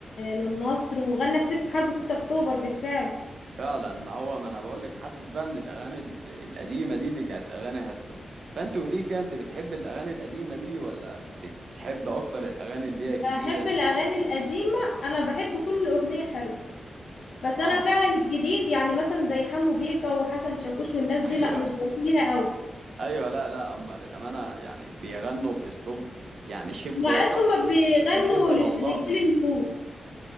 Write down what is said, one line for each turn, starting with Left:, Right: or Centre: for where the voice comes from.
Left: للنصر وغنى كتير في حرب 6 اكتوبر بالفعل
Right: فعلا ما هو ما أنا بقولك حاسس بقى إن الأغاني ال- القديمة دي دي كانت أغاني هادفة فأنت قولي كده أنت بتحب الأغاني القديمة دي ولا بتحب أكتر الأغاني اللي
Left: بحب
Right: هي الجديدة؟
Left: الاغاني القديمه انا بحب كل اغنيه حلوه بس انا
Right: آه
Left: فعلا الجديد يعني مثلا زي حمو بيكا وحسن شاكوش والناس دي
Right: <laughs> أيوه
Left: لا مش بميل ليها قوي
Right: ايوه لا لا هم للامانه يعني بيغنوا باسلوب يعني شبه
Left: معرفش
Right: وقح
Left: هما بيغنوا
Right: وشبه
Left: للش-
Right: ضوضاء
Left: للجيل النمو